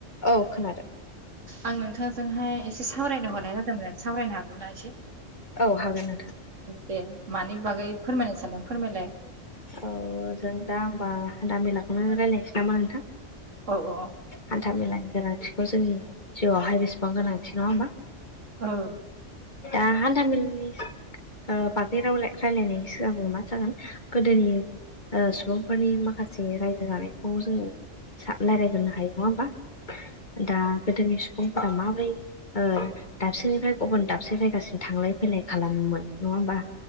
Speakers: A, on the left; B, on the right.
A: औ खोनादों
B: आं नोंथांजोंहाय एसे सावरायनो हरनाय जादोंमोन सावरायनो हागोन ना एसे
A: औ हागोन नोंथां
B: दे मानि बागै फोरमायनो सानदों फोरमायलाय
A: औ जों दा होनबा हानथा मेलाखौनो रायजलायनोसै नामा नोंथां
B: अ अ
A: हानथा मेलानि गोनांथिखौ जोंनि जिउआवहाय बेसेबां गोनांथि नङा होनबा
B: औ
A: दा हानथा मेलानि ओ बागै राव रायलायनायनायनि सिगां मा जागोन गोदोनि ओ सुबुंफोरनि माखासे रायजो जानायखौ जोङो रायज्लायग्रोनो हायो नङा होमबा दा गोदोनि सुबुंफोरा माबोरै ओ दाबसेनिफ्राय गुबुन दाबसे जायगासिम थांलाय फैलाय खालामोमोन नङा होमबा